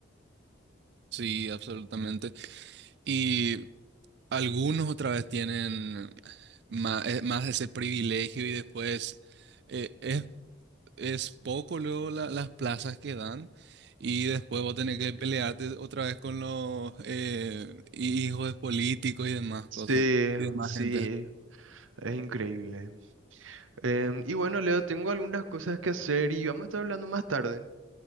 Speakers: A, on the right; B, on the right.
A: Sí, absolutamente. Y Algunos otra vez tienen ma- eh, más, ese privilegio y después eh, es, es poco luego la- las plazas que dan y después vos tenés que pelearte otra vez con los eh, hijos de políticos y demás
B: Sí,
A: cosas y demás
B: sí.
A: gente.
B: Es increíble. Em, y bueno, Leo, tengo algunas cosas que hacer y vamos a estar hablando más tarde.